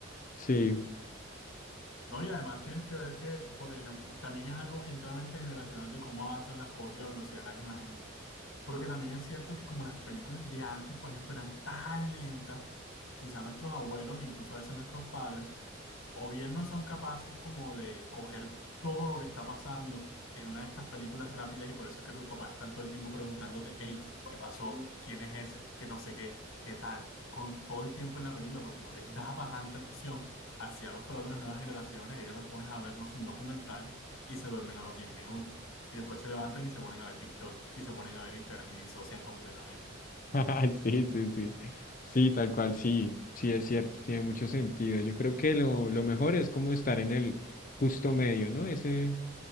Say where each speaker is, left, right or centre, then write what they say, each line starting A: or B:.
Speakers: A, on the left; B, on the left.
A: sí.
B: No, y además tienes que ver que, por ejemplo, también es algo enteramente generacional de cómo avanzan las cosas y la velocidad de las imágenes. Porque también es cierto que como las películas de antes, por ejemplo, eran tan lentas, quizá nuestros abuelos, incluso a veces nuestros padres, o bien no son capaces como de coger todo lo que está pasando en una de estas películas rápidas y por eso es que tus papás están todo el tiempo preguntándote, hey, ¿qué pasó? ¿Quién es ese? Que no sé qué, qué tal, con todo el tiempo en la película porque no les da para tanta acción hacia los pelados de las nuevas generaciones, ellos los pones a vernos un documental y se duermen a los 10 minutos. Y después se levantan y se ponen a ver TikTok y se ponen a ver Instagram y disocian completamente.
A: <laughs> Sí, sí, sí. Sí, tal cual, sí, sí es cierto, tiene mucho sentido. Yo creo que lo, lo mejor es como estar en el justo medio, ¿no? Ese,